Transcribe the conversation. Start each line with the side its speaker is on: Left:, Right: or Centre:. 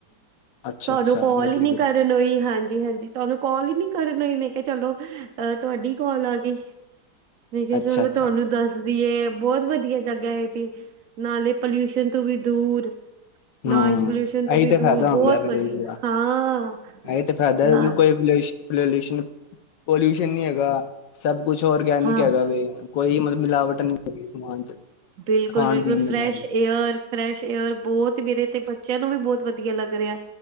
Left: ਅੱਛਾ
Right: ਤੁਹਾਨੂੰ
Left: ਅੱਛਾ
Right: ਕੋਲ
Left: ਵਧੀਆ
Right: ਹੀ ਨੀ ਕਰਨ ਹੋਈ, ਹਾਂਜੀ-ਹਾਂਜੀ ਤੁਹਾਨੂੰ ਕਾਲ ਹੀ ਨੀ ਕਰਨ ਹੋਈ ਮੈਂ ਕਿਹਾ ਚਲੋ ਅਹ ਤੁਹਾਡੀ ਕੋਲ ਆ ਗਈ ਮੈਂ ਕਿਹਾ
Left: ਅੱਛਾ
Right: ਚਲੋ
Left: ਅੱਛਾ
Right: ਤੁਹਾਨੂੰ ਦੱਸ ਦੇਈਏ, ਬਹੁਤ ਵਧੀਆ ਜਗ੍ਹਾ ਹੈ ਤੇ ਨਾਲੇ ਪੋਲਿਊਸ਼ਨ ਤੋਂ ਵੀ ਦੂਰ
Left: ਹਮ
Right: ਨੋਇਜ਼ ਪੋਲਿਊਸ਼ਨ ਤੋਂ
Left: ਇਹੀ
Right: ਵੀ
Left: ਤੇ
Right: ਦੂਰ
Left: ਫਾਇਦਾ
Right: ਬਹੁਤ
Left: ਹੁੰਦਾ ਵਿਦੇਸ਼
Right: ਵਧੀਆ
Left: ਦਾ,
Right: ਹਾਂ
Left: ਇਹੀ ਤੇ ਫਾਇਦਾ
Right: ਨਾ
Left: ਉਹਨੂੰ ਕੋਈ ਪਲੋਲੂਸ਼ਨ, ਪੋਲਿਊਸ਼ਨ ਨਹੀਂ ਹੈਗਾ, ਸਭ ਕੁਛ ਔਰਗੈਨਿਕ
Right: ਹਾਂ
Left: ਹੈਗਾ ਵੇ ਕੋਈ ਮਤਲਬ ਮਿਲਾਵਟ ਨਹੀਂ ਹੈਗੀ, ਸਮਾਨ 'ਚ
Right: ਬਿਲਕੁਲ-ਬਿਲਕੁਲ
Left: ਖਾਣ ਪੀਣ
Right: ਫਰੈਸ਼
Left: ਦੇ ਨਾਲ
Right: ਏਅਰ ਫਰੈਸ਼ ਏਅਰ, ਬਹੁਤ ਮੇਰੇ ਤੇ ਬੱਚਿਆਂ ਨੂੰ ਵੀ ਬਹੁਤ ਵਧੀਆ ਲੱਗ ਰਿਹਾ